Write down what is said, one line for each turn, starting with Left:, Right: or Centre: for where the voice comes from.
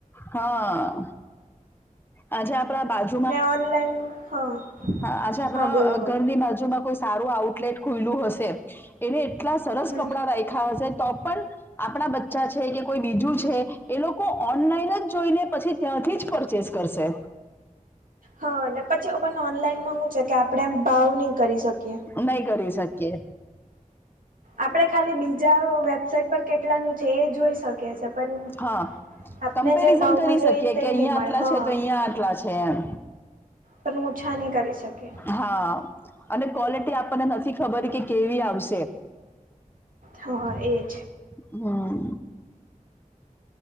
Left: હા આજે આપણા બાજુ
Right: ને ઓનલાઇન હા
Left: હા આજે આપણા
Right: હા બોલો બોલો
Left: ઘરની બાજુમાં કોઈ સારું આઉટલેટ ખુલ્લું હશે એને એટલા સરસ
Right: હમ
Left: કપડા રાખ્યા હશે તો પણ આપણા બચ્ચા છે કે કોઈ બીજું છે એ લોકો ઓનલાઈન જ જોઈને પછી ત્યાંથી જ પરચેસ કરશે
Right: હા અને પછી પણ ઓનલાઈન શું છે કે આપણે એમ ભાવ નહી કરી શકીએ
Left: નહી કરી શકીએ
Right: આપણે ખાલી બીજા વેબસાઈટ પર કેટલાનું છે એ જોઈ શકીએ છે પણ
Left: હા
Right: આપણે
Left: કમ્પેરિઝન
Right: જે ભાવમાં
Left: કરી
Right: જોઈએ
Left: શકીએ
Right: તે
Left: કે અહીયાં
Right: નહીં મળે
Left: આટલા
Right: હા
Left: છે તો અહીયાં આટલા છે એમ
Right: પણ ઓછા નહીં કરી શકીએ
Left: હા અને ક્વોલિટી આપણને નથી ખબર કે કેવી આવશે
Right: હા એજ
Left: હમ